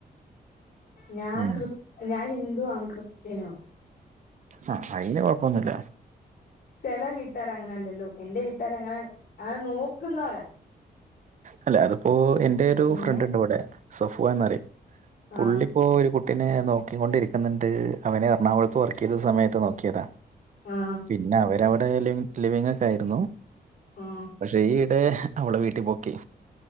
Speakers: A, on the left; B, on the right.
A: ഞാൻ
B: ഉം
A: ക്രിസ് ഞാൻ ഹിന്ദുവും അവൻ ക്രിസ്ത്യനുംആ
B: ആ അയിന് കൊഴപ്പൊന്നുല്ല
A: ചെില വീട്ടുകർ അങ്ങന അല്ലല്ലോ എന്റെ വീട്ടുകാര അങ്ങനെ അങ്ങനെ നോക്കുന്നവരാ
B: അല്ല അതിപ്പോ എന്റെയൊരു
A: പിന്നെ
B: ഫ്രണ്ട്ണ്ട് ഇവിടെ സഫുവാൻ ന്നറിം
A: ആ
B: പുള്ളിപ്പോ ഒരു കു പിന്നെ ഞ നോക്കിക്കൊണ്ടിരിക്കുന്നുണ്ട് അവനെ എറണാകുളത്ത് വർക്ക് ചെയ്ത സമയത്ത് നോക്കിയതാ
A: ആ
B: പിന്നെ അവര് റ്റവിടെ ലിം ലിവിംഗക്കെ ആയിരുന്നു.
A: ആ
B: പക്ഷെ ഈ ഇടെ അവളെ വീട്ടീ ട്ടിപൊക്കി